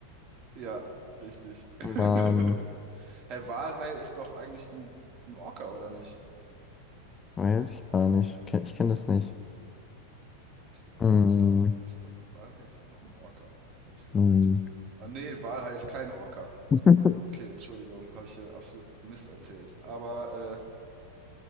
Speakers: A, on the right; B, on the left.
A: Ja, richtig. <laughs>
B: Mann,
A: Hey, Walhai ist doch eigentlich ein, ein Orca, oder nicht?
B: weiß ich gar nicht. Ken- Ich kenne das nicht.
A: Digga,
B: Hm,
A: doch, ich glaube, ich glaube, Walhai ist einfach ein Orca, ehrlich gesagt.
B: hm,
A: Ah, nee, Walhai ist kein Orca.
B: <laughs>
A: Okay, Entschuldigung, habe ich hier absolut Mist erzählt. Aber, äh,